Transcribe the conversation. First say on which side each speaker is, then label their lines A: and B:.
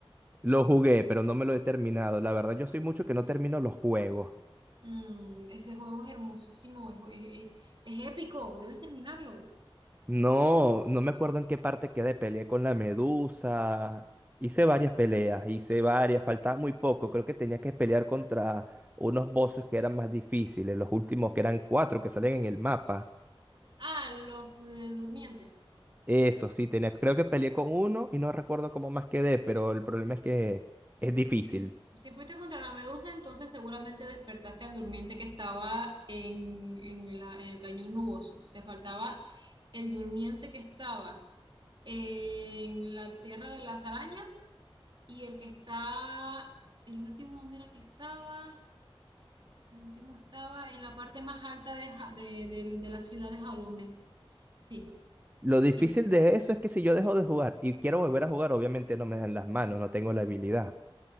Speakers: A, on the right; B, on the right.
A: Lo jugué, pero no me lo he terminado. La verdad, yo soy mucho que no termino los juegos.
B: Mm, ese juego es hermosísimo, es, es- es- es épico, debes terminarlo.
A: No, no me acuerdo en qué parte quedé. Peleé con la medusa. Hice varias peleas, hice varias. Faltaba muy poco. Creo que tenía que pelear contra unos bosses que eran más difíciles. Los últimos que eran cuatro que salen en el mapa.
B: Ah, los eh, durmientes.
A: Eso sí, tenía. Creo que peleé con uno y no recuerdo cómo más quedé, pero el problema es que es difícil.
B: Si, si fuiste contra la medusa, entonces seguramente despertaste al durmiente que estaba en, en la- en el cañón nuboso. Te faltaba el durmiente que estaba en la tierra de las arañas y el que está, el último, ¿dónde era que estaba? El último estaba en la parte más alta de, Ja- de, del- de la ciudad de Hollow Nest. Sí.
A: Lo difícil
B: Y
A: de eso es que si yo dejo de jugar y quiero volver a jugar, obviamente no me dan las manos, no tengo la habilidad.